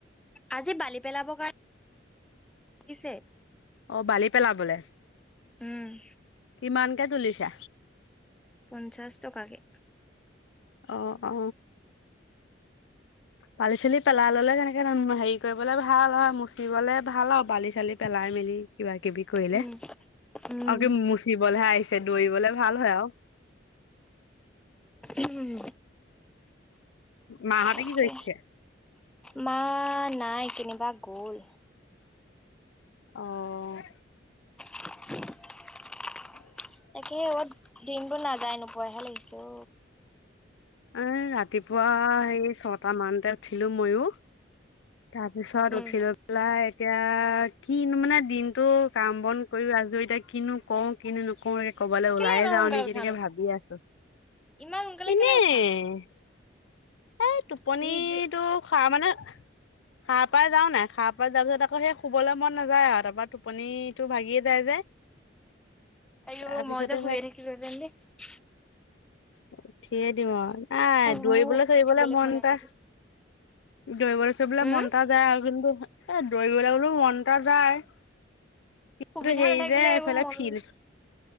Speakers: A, in the centre; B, on the left.
A: আজি বালি পেলাবৰ কাৰণে দিছে।
B: অ বালি পেলাবলে।
A: উম।
B: কিমান? কে তুলিছা?
A: পঞ্চাছ টকাকে।
B: অ অ বালি চালি পেলাই ললে তেনেকে হেৰি কৰিবলে ভাল হয় মচিবলে ভাল আৰু বালি চালি পেলাই মেলি। কিবা কিবি কৰিলে
A: উম। উম,
B: আৰু মুচিবলৈহে আহিছে দৌৰিবলে ভাল হয় আৰু।
A: উমম
B: মাহঁতে
A: তাকে
B: কি কৰিছে
A: মাঁ নাই কেনিবা গ'ল
B: অঁ।
A: উম। <inaudible>
B: <inaudible>
A: তাকে, অত দিনবোৰ নাযায় নোপোৱহে লাগিছো।
B: এ, ৰাতিপুৱা সেই ছটা মানতে উঠিলো ময়ো। তাৰ পিছত
A: উম,
B: উঠি লৈ পেলাই এতিয়া কিনো মানে দিনটো কাম বন কৰি আজৰি এতিয়া কিনো কও কিনো নকো ক'বালৈ
A: কেলে
B: ওলাই।
A: ইমান
B: যাওঁ
A: সোনকালে
B: নেকি
A: উঠানো
B: তাকে ভাবি আছো
A: ইমান সোনকালে
B: এনে।
A: কেলে উঠানো
B: এ। এই টোপনিতটো
A: নিজে
B: হয় মানে হাঁ পাই যাওঁ নাই, হা পাই যোৱা পিছত আকৌ সেই শুবলৈ মন নাযায়। আৰু তাৰপৰা টোপনিটো ভাগিয়ে যায় যে।
A: অয়'
B: তাৰ পিছতে
A: মই যে হুই থাকিলো হেতেন দেই কৰি
B: হয়। দিম নাই দৌৰিবলৈ
A: মোৰ
B: ধৰিবলৈ
A: উঠিবলৈ
B: মন
A: মনে
B: এটা।
A: নাযায়
B: দৌৰিবলৈ চৰিলৈ
A: উম,
B: মন এটা যায় আৰু কিন্তু এ দৌৰিবলৈ বোলেও মনশ্ৰএটা যায়। কিন্তু
A: সুবিধা
B: হেৰি
A: নাথাকিলে
B: যে
A: এইবোৰ
B: এইফালে
A: মন,
B: ফিল্ড